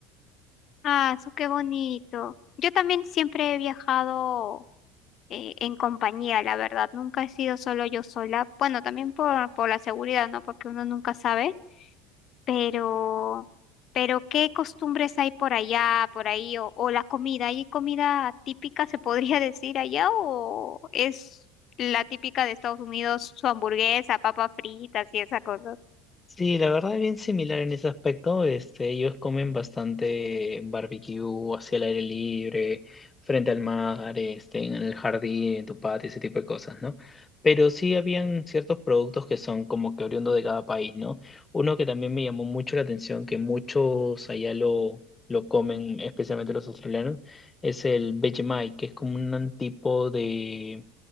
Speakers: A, on the left; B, on the left.
A: Ah, su qué bonito. Yo también siempre he viajado eh, en compañía, la verdad. Nunca he sido solo yo sola. Bueno, también por, por la seguridad, ¿no? Porque uno nunca sabe. Pero, pero ¿qué costumbres hay por allá, por ahí? O, o la comida. ¿Hay comida típica, se podría <laughs> decir allá? ¿O es la típica de Estados Unidos, su hamburguesa, papas fritas y esa cosa?
B: Sí, la verdad es bien similar en ese aspecto. Este, ellos comen bastante barbecue hacia el aire libre, frente al mar, este, en el jardín, en tu patio, ese tipo de cosas, ¿no? Pero sí habían ciertos productos que son como que oriundos de cada país, ¿no? Uno que también me llamó mucho la atención, que muchos allá lo, lo comen, especialmente los australianos, es el Vegemite, que es como un tipo de,